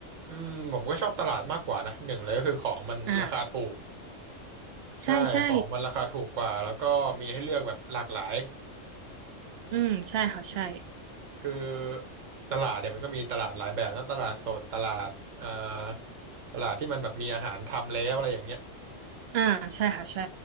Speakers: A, on the right; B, on the right.
A: อืมผมก็ชอบตลาดมากกว่านะหนึ่งเลยก็คือของมันราคาถูก
B: อ่า
A: ใช่ของมันราคาถูกกว่าแล้วก็มีให้เลือกแบบหลากหลาย
B: ใช่ใช่อืมใช่ค่ะใช่
A: คือตลาดเนี่ยมันก็มีตลาดหลายแบบนะตลาดสดตลาดเอ่อตลาดที่มันแบบมีอาหารทำแล้วอะไรอย่างเงี้ย
B: อ่าใช่ค่ะใช่